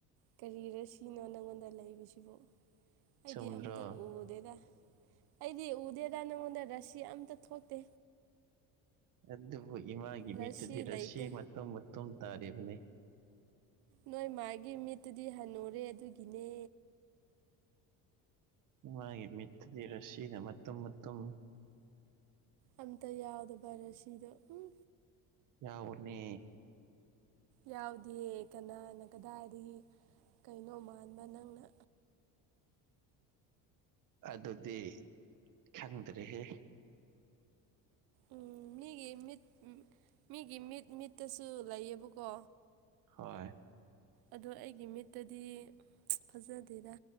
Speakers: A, on the right (about 75°); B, on the right (about 55°).
A: ꯀꯔꯤꯔꯣ ꯔꯥꯁꯤꯅꯣ ꯅꯪꯉꯣꯟꯗ ꯂꯩꯕꯁꯤꯕꯨ ꯑꯩꯗꯤ
B: ꯆꯨꯝꯗ꯭ꯔꯣ
A: ꯑꯝꯇ ꯎꯗꯦꯗ ꯑꯩꯗꯤ ꯎꯗꯦꯗ ꯅꯪꯉꯣꯟꯗ ꯔꯥꯁꯤ ꯑꯝꯇ ꯊꯣꯛꯇꯦ
B: ꯑꯗꯨꯕꯨ ꯏꯃꯥꯒꯤ
A: ꯔꯁꯤ
B: ꯃꯤꯠꯇꯗꯤ ꯔꯥꯁꯤ
A: ꯂꯩꯇꯦ
B: ꯃꯇꯨꯝ ꯃꯇꯨꯝ ꯇꯥꯔꯤꯕꯅꯤ
A: ꯅꯣꯏ ꯃꯥꯒꯤ ꯃꯤꯠꯇꯨꯗꯤ ꯍꯟꯅꯨꯔꯦ ꯑꯗꯨꯒꯤꯅꯦ
B: ꯏꯃꯥꯒꯤ ꯃꯤꯠꯇꯗꯤ ꯔꯥꯁꯤꯅ ꯃꯇꯨꯝ ꯃꯇꯨꯝ
A: ꯑꯝꯇ ꯌꯥꯎꯗꯦꯕ ꯔꯥꯁꯤꯗꯣ ꯎꯝ
B: ꯌꯥꯎꯕꯅꯦ
A: ꯌꯥꯎꯗꯦ ꯀꯅꯥꯅ ꯀꯗꯥꯏꯗꯒꯤ ꯀꯩꯅꯣ ꯃꯥꯟꯕ ꯅꯪꯅ
B: ꯑꯗꯨꯗꯤ ꯈꯪꯗ꯭ꯔꯦꯍꯦ
A: ꯎꯝ ꯃꯤꯒꯤ ꯃꯤꯠ ꯃꯤꯒꯤ ꯃꯤꯠ ꯃꯤꯠꯇꯁꯨ ꯂꯩꯌꯦꯕꯀꯣ
B: ꯍꯣꯏ
A: ꯑꯗꯣ ꯑꯩꯒꯤ ꯃꯤꯠꯇꯗꯤ ꯑ ꯐꯖꯗꯦꯗ